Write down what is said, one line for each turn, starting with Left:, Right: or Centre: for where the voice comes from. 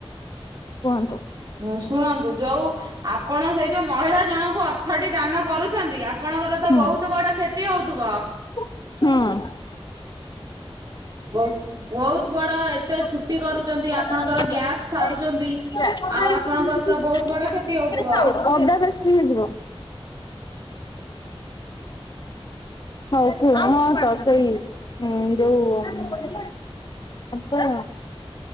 Left: କୁହନ୍ତୁ।
Right: ଉଁ ଶୁଣନ୍ତୁ ଯୋଉ। ଆପଣ ସେଇ ଯୋଉ ମହିଳା ଜଣଙ୍କୁ ଅର୍ଥଟି ଦାନ କରୁଛନ୍ତି ଆପଣଙ୍କର ତ
Left: ହୁଁ
Right: ବହୁତ ବଡ କ୍ଷତି ହଉଥିବ।
Left: ହଁ।
Right: ବ ବହୁତ୍ ବଡ ଏତେ ଛୁଟ
Left: ଅଦା
Right: ଛୁଟି କରୁଛନ୍ତି ଆପଣଙ୍କର ଗ୍ୟାସ୍ ସାରୁଛନ୍ତି, ଆଉ ଆପଣଙ୍କର ତ ବହୁତ ବଡ କ୍ଷ କ୍ଷତି ହଉଥିବ।
Left: ଅଦା ବେଶୀ ହେଇଯିବ। ହଉ କୁହ ହଁ ତ ସେଇ। ହୁଁ ଯୋଉ ଆଛା।